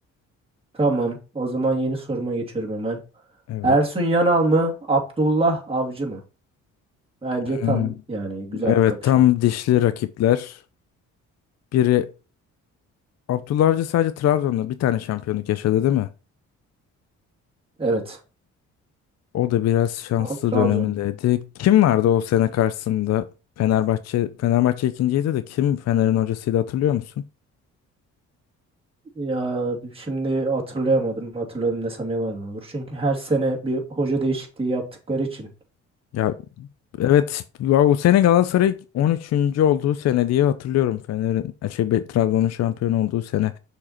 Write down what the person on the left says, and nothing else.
Evet.
Ee,
evet
tam dişli rakipler. Biri Abdullah Avcı sadece Trabzon'da bir tane şampiyonluk yaşadı değil mi?
O da biraz şanslı
dönemindeydi. Kim vardı o sene karşısında? Fenerbahçe Fenerbahçe ikinciydi de kim Fener'in hocasıydı hatırlıyor musun?
Ya evet ya o sene Galatasaray 13. olduğu sene diye hatırlıyorum Fener'in e, şey Be- Trabzon'un şampiyon olduğu sene.